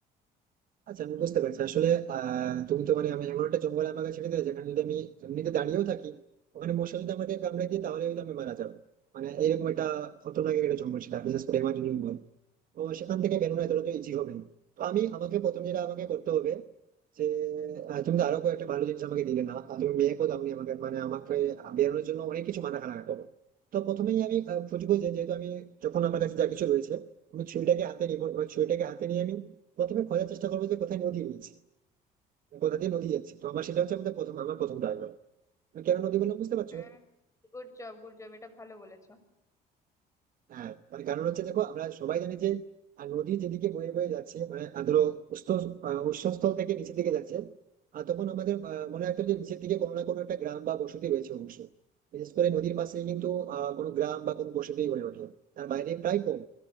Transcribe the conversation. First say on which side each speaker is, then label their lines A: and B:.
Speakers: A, on the right; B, on the left.
A: আচ্ছা আমি বুঝতে পারছি। আসলে আ তুমি তো মানে আমি এমন একটা জঙ্গলে আমাকে ছেড়ে দিলে যেখানে যদি আমি এমনিতে দাঁড়িয়েও থাকি, ওখানে মশা যদি আমাকে কামড়ে দিয়ে তাহলে হয়তো আমি মারা যাবো। মানে এরকম একটা খতরনাক একটা জঙ্গল ছিল। বিশেষ করে এমাজন জঙ্গল। তো সেখান থেকে বেরোনো এতটা তো ইজি হবে না তো আমি আমাকে প্রথম যেটা আমাকে করতে হবে যে আহ, তুমি তো আরো কয়েকটা ভালো জিনিস আমাকে দিলে না আর তুমি মেয়েকেও দাওনি আমাকে মানে আমাকে বেরোনোর জন্য অনেক কিছু মাথা খারাপ রাখতে হবে তো প্রথমেই আমি আহ, খুঁজবো যে যেহেতু আমি যখন আমার কাছে যা কিছু রয়েছে আমি ছুরিটাকে হাতে নিবো এবার ছুরিটাকে হাতে নিয়ে আমি প্রথমে খোঁজার চেষ্টা করবো যে কোথায় নদী রয়েছে কোথা দিয়ে নদী যাচ্ছে তো আমার সেটা হচ্ছে আমাদের প্রথম আমার প্রথম টার্গেট কেন নদী বললাম বুঝতে পারছো
B: হুম গুড জব গুড জব এটা ভালো বলেছো
A: হ্যাঁ মানে কারণ হচ্ছে দেখো আমরা সবাই জানি যে আহ, নদী যেদিকে বয়ে বয়ে যাচ্ছে মানে আহ, ধরো উৎস আহ, উৎসস্থল থেকে নিচের দিকে যাচ্ছে আর তখন আমাদের আহ, মনে রাখতে হবে যে নিচের দিকে কোনো না কোনো একটা গ্রাম বা বসতি রয়েছে অবশ্যই বিশেষ করে নদীর পাশে কিন্তু আহ কোনো গ্রাম বা কোনো বসতি গড়ে ওঠে তার বাইরে প্রায় কম